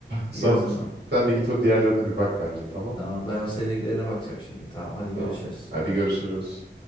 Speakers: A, on the right; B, on the left.
A: Sana,
B: İyi o zaman.
A: sen de git o diğerlerine bir bak bence tamam.
B: Tamam ben o sevdiklerine bakacağım şimdi. Tamam hadi görüşürüz.
A: Tamam. Hadi görüşürüz.